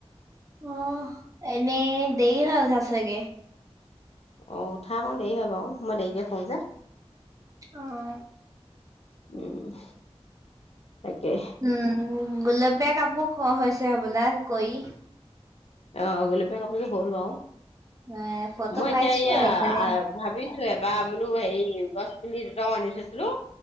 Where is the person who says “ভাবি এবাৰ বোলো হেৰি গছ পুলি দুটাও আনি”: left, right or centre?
Left